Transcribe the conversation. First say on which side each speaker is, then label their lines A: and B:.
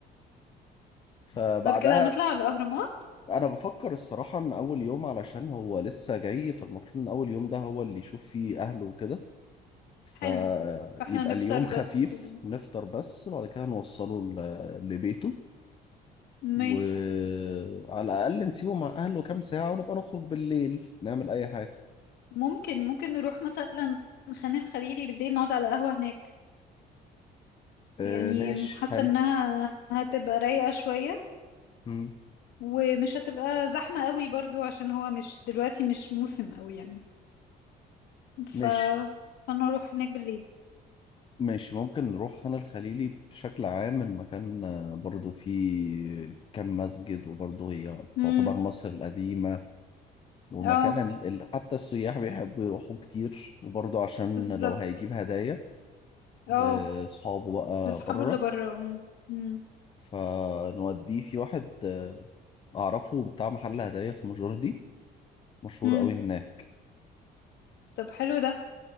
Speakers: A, on the left; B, on the left.
A: فبعدها
B: <laughs> بعد كده هنطلع على الأهرامات
A: انا بفكر الصراحة ان اول يوم علشان هو لسه جاي فالمفروض ان اول يوم ده هو اللي يشوف فيه اهله وكده فيبقى
B: حلو فاحنا نفطر
A: اليوم خفيف
B: بس و...
A: نفطر بس بعد كده نوصله ل- لبيته وعلى
B: ماشي
A: الأقل نسيبه مع أهله كام ساعة ونبقى نخرج بالليل نعمل أي حاجة
B: ممكن ممكن نروح مثلا خان الخليلي بالليل نقعد على قهوة هناك
A: آه
B: يعني
A: ماشي
B: حاسة
A: حلو
B: انها هتبقى رايقة شوية
A: مم.
B: ومش هتبقى زحمة قوي برضو عشان هو مش دلوقتي مش موسم قوي يعني ف
A: ماشي
B: فنروح هناك بالليل
A: ماشي ممكن نروح خان الخليلي بشكل عام المكان آه، برضو فيه كم مسجد وبرضو هي
B: امم
A: تعتبر مصر القديمة ومكان
B: اه
A: ال- ال- حتى السياح بيحبوا يروحوا كتير وبرضو عشان
B: بالظبط
A: لو هيجيب هدايا لأصحابه
B: اه
A: بقى
B: لاصحابه
A: بره
B: اللي بره امم
A: فنوديه في واحد آه، اعرفه بتاع محل هدايا اسمه جوردي مشهور
B: امم
A: قوي هناك
B: طب حلو ده